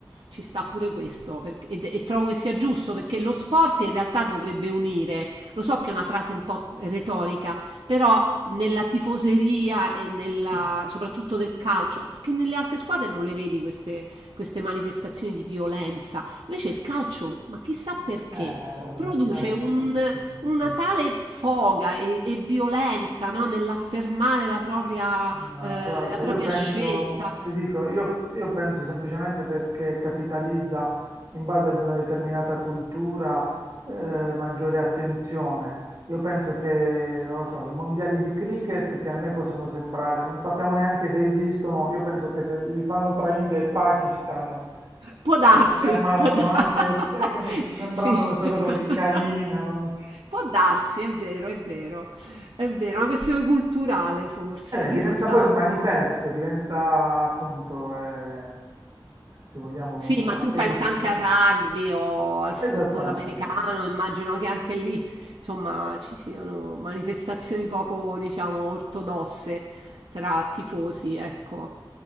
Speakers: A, on the right; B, on the right.
A: Ci sta pure questo, perché- e, e trovo che sia giusto perché lo sport in realtà dovrebbe unire. Lo so che è una frase un po' retorica, però nella tifoseria e nella, soprattutto del calcio, perché nelle altre squadre non le vedi queste queste manifestazioni di violenza Invece il calcio, ma chissà perché,
B: Eh, vabbè,
A: produce
B: ma il calcio,
A: un-
B: sì.
A: una tale foga e, e violenza, no, Nell'affermare la propria,
B: Ma
A: eh,
B: guarda,
A: la propria
B: io penso,
A: scelta.
B: ti dico, io, io penso semplicemente perché capitalizza in base ad una determinata cultura eh, maggiore attenzione. Io penso che, non lo so, i mondiali di cricket che a noi possono sembrare, non sappiamo neanche se esistono, io penso che se li fanno tra India e Pakistan,
A: Può darsi,
B: tipo, si ammazzano
A: può da-
B: anche, se
A: <laughs>
B: anche sembrando
A: sì.
B: questa
A: <laughs>
B: cosa così carina, non-
A: Può darsi, è vero, è vero, è vero, è una questione culturale forse,
B: Eh beh,
A: chi
B: diventa
A: lo sa.
B: poi un manifesto, diventa appunto, eh, se vogliamo,
A: Sì,
B: un, un
A: ma
B: archetipo
A: tu pensa
B: perfetto.
A: anche al rugby o al football
B: Esattamente,
A: americano, immagino che anche lì, insomma, ci siano manifestazioni poco, diciamo, ortodosse tra tifosi, ecco.